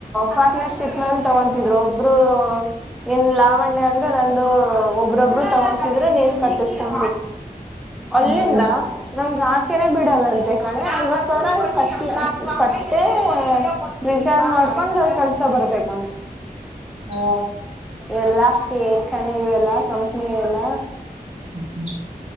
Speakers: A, in the centre; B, on the right (about 45°).
A: ಪಾರ್ಟ್ನರ್ಶಿಪ್ ನಲ್ಲಿ ತಗೊತಿದ್ರು ಒಬ್ರು ಇನ್ ಲಾವಣ್ಯ ಅಂದ ನಂದು ಒಬ್ರೊಬ್ರು ತಗೊತಿದ್ರೆ ನೀನ್ ಕಟ್ಟಿಸ್ ಕ್ರ ಅಲ್ಲಿಂದ
B: ಹ್ಮ್
A: ನಮಗ ಆಚೆನೇ ಬಿಡಲ್ಲಂತೆ <unintelligible> ಕಟ್ಟೆ ರಿಸೈನ್ ಮಾಡ್ಕೊಂಡ್ ಕೆಲ್ಸ ಬರ್ಬೇಕಂತೆ
B: ಹಾ
A: ಎಲ್ಲಾ ಫೇಕ್ ಕಣ ಇವೆಲ್ಲ ಕಂಪ್ನಿ ಇವೆಲ್ಲ
B: <unintelligible>